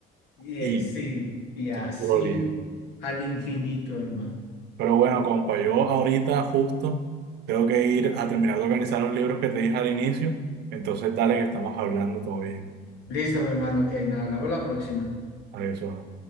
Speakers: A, on the left (about 80°); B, on the right (about 80°).
A: Y eh,
B: y
A: sí, y así
B: eso es puro lío.
A: al infinito, hermano.
B: Pero bueno, compa, yo ahorita justo tengo que ir a terminar de organizar los libros que te dije al inicio, entonces dale que estamos hablando todo bien.
A: Listo, mi hermano, ok, nada, hablamos la próxima.
B: Adiós.